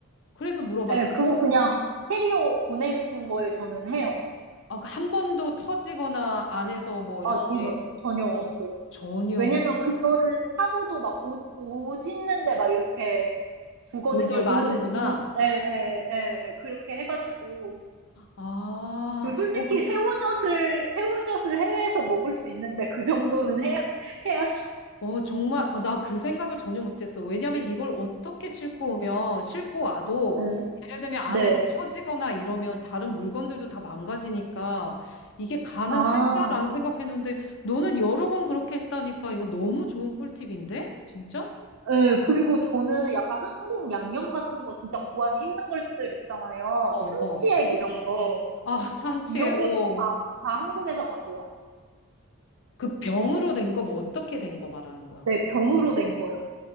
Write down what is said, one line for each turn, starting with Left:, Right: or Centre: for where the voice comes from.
Left: 그래서 물어봤지.
Right: 예, 그거 그냥 캐리어 보내는 거에 저는 해요.
Left: 아, 그한 번도 터지거나 안에서 뭐
Right: 아,
Left: 이렇게,
Right: 전혀 전혀 없어요.
Left: 어, 전혀
Right: 왜냐면 그거를 하고도 막 옷, 옷 있는데 막 이렇게 두거든요.
Left: 돌돌 마는구나.
Right: 옷, 옷, 예, 예, 예. 그렇게 해가지고.
Left: 아,
Right: 그 솔직히
Left: 어, 그,
Right: 새우젓을 새우젓을 해외에서 먹을 수 있는데 그 정도는 해야 <laughs> 해야죠.
Left: 어, 정말, 어, 나그 생각을 전혀 못했어. 왜냐면 이걸 어떻게 싣고 오면, 싣고 와도,
Right: 네.
Left: 예를 들면 안에서
Right: 네.
Left: 터지거나 이러면 다른 물건들도 다 망가지니까 이게 가능할까라는
Right: 아,
Left: 생각했는데, 너는 여러 번 그렇게 했다니까 이거 너무 좋은 꿀팁인데? 진짜?
Right: 예, 그리고 저는 약간 한국 양념 같은 거 진짜 구하기 힘든 것들 있잖아요.
Left: 어,
Right: 참치액
Left: 어.
Right: 이런 거.
Left: 아, 참치에,
Right: 이런 거는
Left: 어.
Right: 다, 다 한국에서 가져와요.
Left: 그 병으로 된 거 뭐 어떻게 된 거 말하는 거야?
Right: 네, 병으로 된 거요.